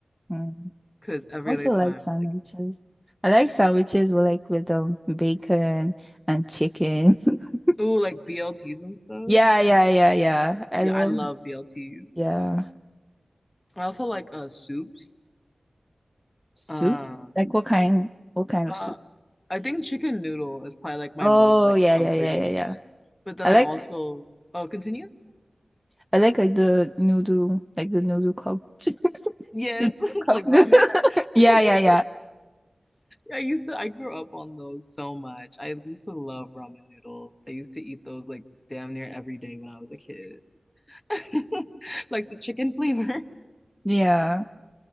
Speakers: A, in the centre; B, on the left (about 20°).
A: Mm.
B: because every
A: I also
B: other time,
A: like sandwiches.
B: like
A: I like
B: yeah,
A: sandwiches with like with um bacon and chicken. <laughs>
B: ooh, like BLTs and stuff.
A: Yeah, yeah, yeah, yeah. I
B: Yeah,
A: love
B: I love BLTs.
A: yeah.
B: I also like uh soups.
A: Soup?
B: Um,
A: Like what kind what kind of
B: Uh,
A: soup?
B: I think chicken noodle is probably like my
A: Oh
B: most like
A: yeah,
B: comforting
A: yeah, yeah, yeah, yeah.
B: one. But then
A: I
B: I
A: like
B: also oh continue?
A: I like like the noodle like the noodle cup. <laughs>
B: Yes,
A: The noodle
B: <laughs>
A: cup
B: like
A: noodle.
B: ramen.
A: <laughs>
B: <laughs>
A: Yeah, yeah, yeah.
B: I used to I grew up on those so much. I used to love ramen noodles. I used to eat those like damn near every day when I was a kid. <laughs> Like the chicken flavor. <laughs>
A: <laughs> Yeah.